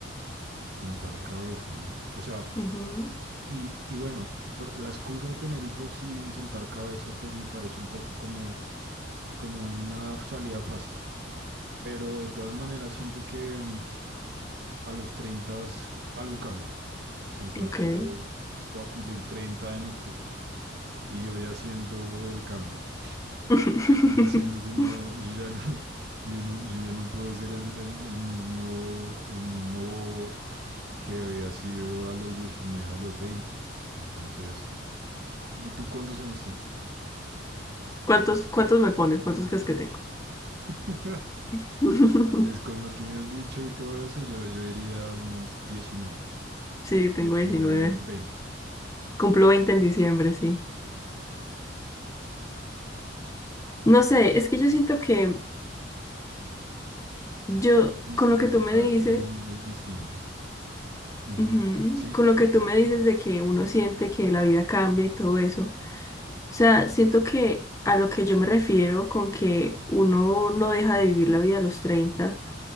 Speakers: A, on the right; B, on the left.
A: sentar cabeza, ¿no? O sea,
B: ujú,
A: y, y bueno, por la excusa de tener hijos y sentar cabeza, pues me parece un poco como, como una salida fácil. Pero de todas maneras siento que mm, a los 30 algo cambia. siento
B: ujú,
A: eso,
B: Ok.
A: yo voy a cumplir 30 en octubre y yo ya siento el cambio,
B: <laughs>
A: <laughs> yo ya siento como, yo ya no, <laughs> yo no, yo ya no puedo ser el, el, el mismo, el mismo bobo que había sido a los 19 a los veinte Entonces, ¿tú, tú cuántos años tienes?
B: ¿Cuántos, cuántos me pones? ¿Cuántos crees que tengo?
A: <laughs>
B: <laughs>
A: pues con lo que me has dicho y todo eso, yo, yo diría unos diecinueve
B: Sí, tengo
A: 19,
B: diecinueve
A: 20.
B: Cumplo 20 en diciembre, sí. No sé, es que yo siento que yo,
A: Es distinto,
B: con lo que tú me
A: cada
B: dices,
A: quien es distinto. Uh -huh.
B: ujú,
A: Sí,
B: con lo que tú me dices de que uno siente que la vida cambia y todo eso, o sea, siento que a lo que yo me refiero con que uno no deja de vivir la vida a los 30